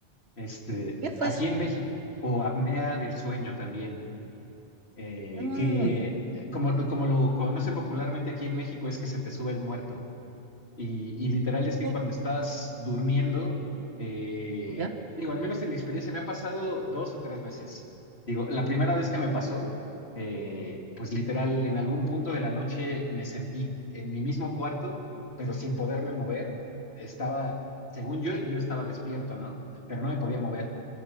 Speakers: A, on the left; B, on the right.
A: Este,
B: ¿Qué fue
A: aquí
B: eso?
A: en México, o apnea del sueño también, eh,
B: Mm,
A: que eh, como, como lo conocen popularmente aquí en México es que se te sube el muerto. Y, y literal es que
B: oh,
A: cuando estás durmiendo, eh,
B: ¿Ya?
A: digo, al menos en mi experiencia me ha pasado dos o tres veces. Digo, la primera vez que me pasó, eh, pues literal en algún punto de la noche me sentí en mi mismo cuarto, pero sin poderme mover. Estaba, según yo, yo estaba despierto, ¿no? Pero no me podía mover.